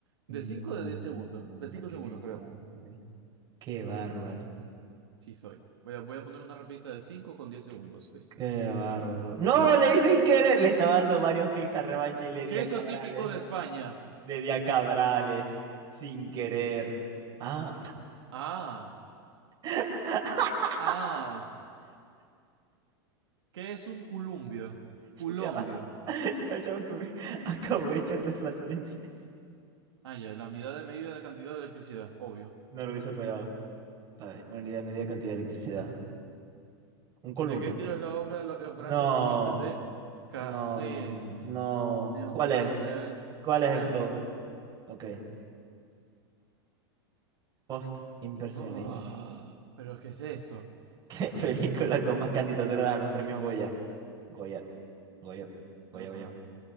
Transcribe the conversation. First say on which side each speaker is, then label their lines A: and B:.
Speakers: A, on the right; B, on the right.
A: De
B: no,
A: 5 o de 10 segundos.
B: no, no,
A: De 5
B: qué
A: segundos,
B: desastre.
A: creo.
B: Qué bárbaro.
A: Sí, soy. Voy a, voy a poner una rapidita de cinco con diez segundos. ¿oíste?
B: Qué bárbaro. No, le hice sin querer. Le estaba dando varios clics a revancha y le di
A: Queso
B: a Cabrales.
A: típico de España.
B: Le di a Cabrales. Sin querer. Ah,
A: Ah,
B: <laughs>
A: ah. ¿Qué es un culumbio? Culombio.
B: ya va. chavo, que me acabo de echar dos flatulencias.
A: Ah, ya, la unidad de medida de cantidad de electricidad, obvio.
B: No lo hubiese pegado. Ay, una unidad de media cantidad de electricidad. Un columpio.
A: ¿De qué estilo es la obra Lo- Los grandes
B: No,
A: bañistas de Casem?
B: no, no.
A: Neoclí
B: ¿Cuál es?
A: surreal,
B: ¿Cuál
A: surrealista.
B: es eso? Ok. Post-impresionista.
A: Ah, ¿pero qué es eso?
B: <laughs> ¿Qué película con más candidaturas a los premios Goya? Goya, Goya, Goya,
A: El orfanato.
B: Goya,